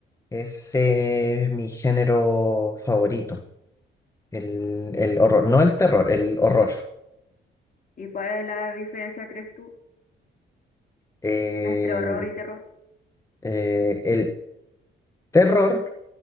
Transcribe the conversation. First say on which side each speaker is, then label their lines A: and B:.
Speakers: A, on the left (about 15°); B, on the left (about 45°).
A: Ese es mi género favorito, el, el horror, no el terror, el horror.
B: ¿Y cuál es la diferencia, crees tú,
A: Eh,
B: entre horror y terror?
A: eh, el terror.